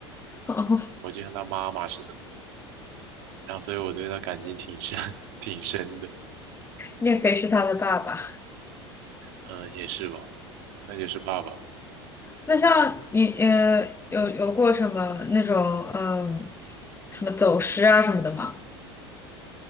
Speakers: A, on the left (about 15°); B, on the right (about 65°).
A: <laughs> 哦，
B: 我就像它妈妈似的，然后所以我对它感情挺深，<laughs> 挺深的。
A: 你也可以是它的爸爸。
B: 嗯，也是吧，那就是爸爸。
A: 那像你呃，有有过什么那种嗯，什么走失啊什么的吗？